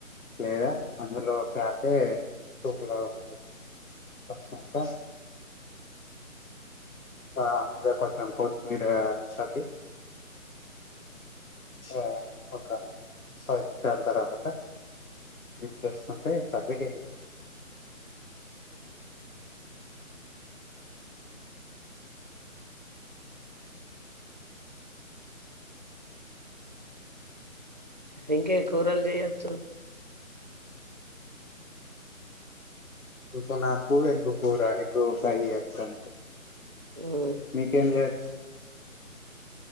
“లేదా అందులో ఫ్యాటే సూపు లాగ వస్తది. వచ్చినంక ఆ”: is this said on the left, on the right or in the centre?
Left